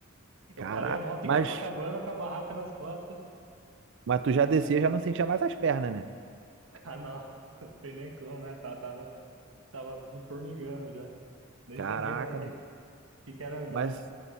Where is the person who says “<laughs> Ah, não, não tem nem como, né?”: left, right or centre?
Right